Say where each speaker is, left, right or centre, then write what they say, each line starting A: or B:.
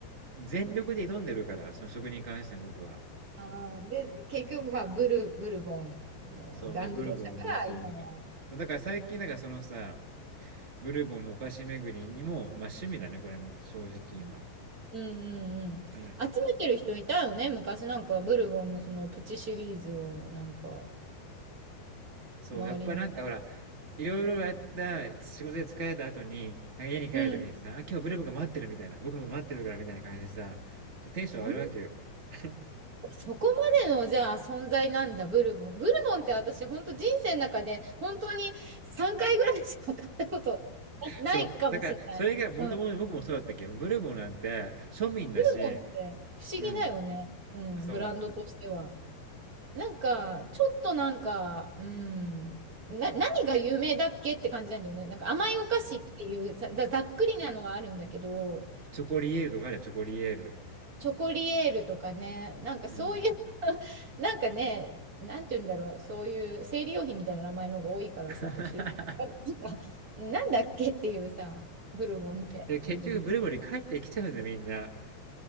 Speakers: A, on the right; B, on the right.
A: 全力で挑んでるから、その食に関して僕は。
B: ああで、結局、まあ、ブル、ブルボンのダングド社が今は
A: そう、まあ、ブルボンの、そう、だから、そう、だから最近、だからそのさ、ブルボンのお菓子巡りにも、まあ趣味だね、これも正直今。
B: うんうんうん。
A: うん。
B: 集めてる人いたよね。昔なんかブルボンのそのプチシリーズをなんか
A: そう、
B: 周りにいた。
A: やっぱなんかほら、いろいろやった、仕事で疲れた後に、なんか家に帰るときにさ、
B: うん。
A: あ、今日ブルボンが待ってるみたいな、僕のこと待ってるからみたいな感じでさ、ちょっとテンション上がるわけよ。
B: そん、
A: <laughs>
B: そこまでのじゃあ存在なんだ、ブルボン。ブルボンって私本当人生の中で本当に3回ぐらいしか買ったことないかもしれない。
A: そう。だから、それがもともと僕もそうだったっけど、
B: うん。
A: ブルボンなんて庶民だし、
B: ブルボンって不思議だよね。
A: うん。
B: うん。
A: そう。
B: ブランドとしては。なんか、ちょっとなんか、うん、な、何が有名だっけって感じなんだよね。なんか甘いお菓子っていうざ、ざざっくりなのはあるんだけど、
A: チョコリエールとかあるよ、チョコリエール。
B: チョコリエールとかね、なんかそういう
A: うん。
B: <laughs> なんかね、なんて言うんだろう、そういう生理用品みたいな名前の方が多いからさ、
A: <laughs>
B: ちょっとよくわかんないなんかなんだっけっていうさ、ブルボンって。
A: で結局ブルボンに帰ってきちゃうんだよ、
B: うん
A: みんな。